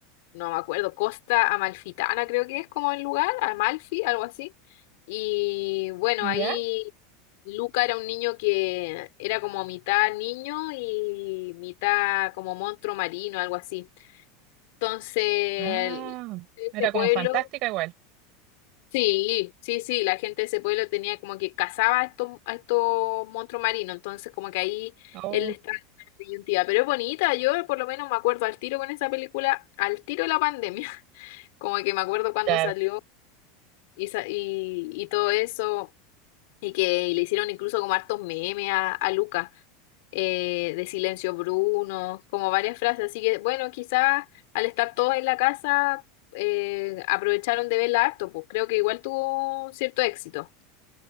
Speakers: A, on the left; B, on the right.
A: no me acuerdo, Costa Amalfitana creo que es como el lugar, Amalfi, algo así. Y bueno,
B: ¿Ya?
A: ahí Luca era un niño que era como mitad niño y mitad como monstruo marino, algo así. Entonces,
B: Ah,
A: ese
B: Era como
A: pueblo
B: fantástica igual.
A: Sí, sí, sí, la gente de ese pueblo tenía como que cazaba a estos, a estos monstruos marinos, entonces como que ahí
B: Oh,
A: él estaba en una disyuntiva, pero es bonita, yo por lo menos me acuerdo al tiro con esa película, al tiro de la pandemia, <laughs> como que me acuerdo cuando
B: claro.
A: salió y, sa- y, y todo eso, y que y le hicieron incluso como hartos memes a, a Luca, eh, de Silencio Bruno, como varias frases. Así que bueno, quizás al estar todos en la casa eh, aprovecharon de verla harto, pues creo que igual tuvo cierto éxito.